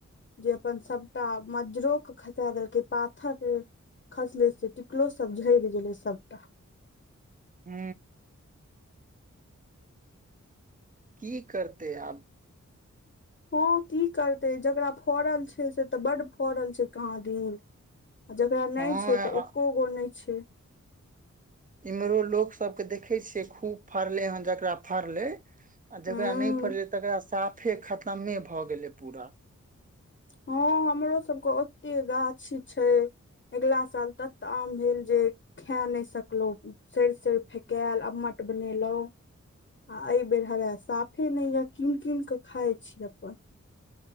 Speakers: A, on the left; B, on the right.
A: जे अपन सभटा मज्जरोके खसा देलकै पाथर खसले से टिकलो सब झड़ि गेलै सबटा
B: हू की करतेै आब
A: हँ की करतै जकरा फड़ल छै से तऽ बड्ड फड़ल छै कहाँ दिन आ जेकरा नहि
B: हँ
A: छै तऽ एको गो नहि छै
B: इम्हरो लोक सब के देखे छिय खूब फरले हन जेकरा फड़ले आ जकरा
A: हूँ
B: नहि फड़लै तकरा साफे खतमे भऽ गेलै पूरा
A: हँ हमरो सबके ओते गाछी छै अगिला साल तत तऽ आम भेल जे खा नहि सकलहुँ सड़ सड़ फेकायल अ्मट बनेलहुँ आ एहि बेर हवा साफे नहि य कीन कीन कऽ खााय छी अपन